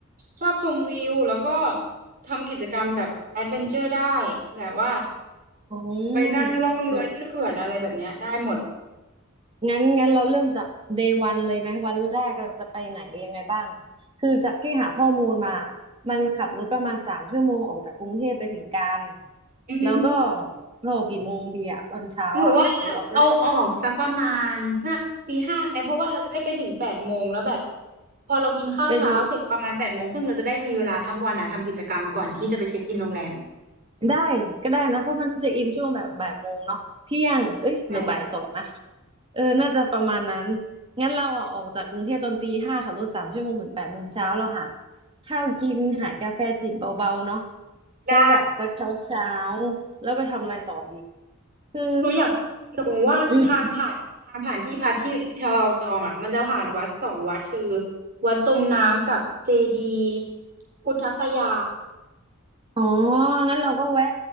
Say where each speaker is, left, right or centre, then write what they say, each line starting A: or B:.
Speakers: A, on the right (about 40°); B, on the right (about 25°).
A: ชอบชมวิว แล้วก็ทำกิจกรรมแบบแอดเวนเจอร์ได้ แบบว่า
B: อืม
A: ไปนั่งล่องเรือที่เขื่อนอะไรแบบเนี้ยได้หมด
B: โอเคงั้นงั้นเราเริ่มจาก day one เลยไหมวันแรกเราจะไปไหนยังไงบ้างคือจากที่หาข้อมูลมามันขับรถประมาณสามชั่วโมงออกจากกรุงเทพไปถึงกาญ
A: อือฮึ
B: แล้วก็เราออกกี่โมงดีอ่ะตอนเช้าอ่ะหรือออก
A: หนูว่าเอาออกสักประมาณห้าตีห้าไหมเพราะว่าเราจะได้ไปถึงแปดโมงแล้วแบบพอเรากินข้าวเช้าเสร็จประมาณแปดโมงซึ่งเราจะได้มีเวลาทั้งวันอ่ะทำกิจกรรมก่อนที่จะไปเช็คอินโรงแรม
B: ไปดู ได้ก็ได้นะเพราะมันจะอินช่วงแบบบ่ายโมงเนาะเที่ยงเอ้ยหรือบ่ายสองนะ
A: ใช่
B: เออน่าจะประมาณนั้นงั้นเราอ่ะออกจากกรุงเทพตอนตีห้าขับรถสามชั่วโมงถึงแปดโมงเช้าเราหาข้าวกินหากาแฟจิบเบาๆเนาะ
A: ได้
B: สักแบบสักเช้าเช้าแล้วไปทำอะไรต่อดีคือ
A: หนูอยากหนูว่าทางผ่านทางผ่านที่พักที่เราจองอ่ะมันจะผ่านวัดสองวัดคือ
B: อืม
A: วัดจมน้ำกับเจดีย์พุทธคยา
B: อ๋องั้นเราก็แวะ